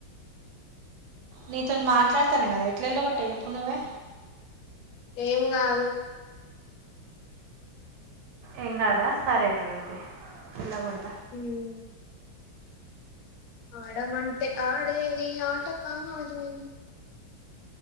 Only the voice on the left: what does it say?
ఏం కాదు
హమ్ ఆడా మంటే ఆడేది ఆట కాదు అని